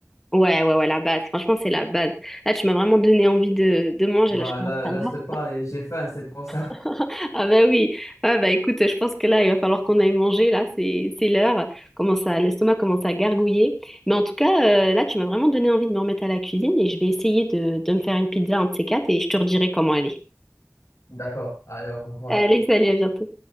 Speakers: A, in the centre; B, on the left (about 70°).
A: Ouais, ouais, ouais, la base. Franchement, c'est la base. Là, tu m'as vraiment donné envie de, de manger.
B: Voilà,
A: Là, je commence à
B: là,
A: avoir.
B: je te parle et j'ai faim, c'est pour ça.
A: <laughs> Ah bah oui, ah bah écoute, je pense que là, il va falloir qu'on aille manger, là, c'est c'est l'heure, commence à, l'estomac commence à gargouiller. Mais en tout cas, euh, là, tu m'as vraiment donné envie de me remettre à la cuisine et je vais essayer de, de me faire une pizza, un de ces quatre, et je te redirai comment elle est.
B: <laughs> D'accord, allez, au revoir.
A: Allez, salut, à bientôt.